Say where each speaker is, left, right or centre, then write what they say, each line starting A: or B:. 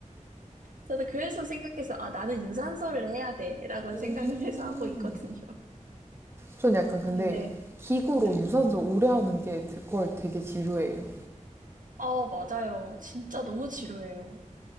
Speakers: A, on the right (about 80°); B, on the right (about 20°).
A: 저도 그래서 생각해서, 아, 나는 유산소를 해야 돼, 라고
B: 음.
A: 생각을 해서 하고 있거든요.
B: 전 약간 근데
A: 아, 근데,
B: 기구로
A: 네.
B: 유산소 오래 하는 게 그걸 되게 지루해요.
A: 아, 맞아요. 진짜 너무 지루해요.